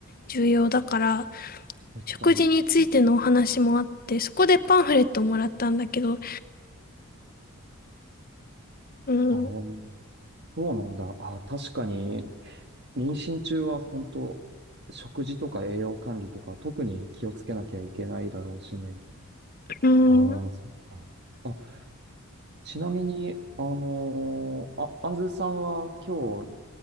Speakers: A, on the left (about 40°); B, on the right (about 50°).
A: 重要だから、
B: 確かに。
A: 食事についてのお話もあって、そこでパンフレットもらったんだけど、うん、
B: ああ、そうなんだ。ああ、確かに、妊娠中は本当、食事とか栄養管理とか、特に気をつけなきゃいけないだろうしね。
A: うん、
B: ああ、そっか。あ、ちなみに、あのーあ、アンズさんは今日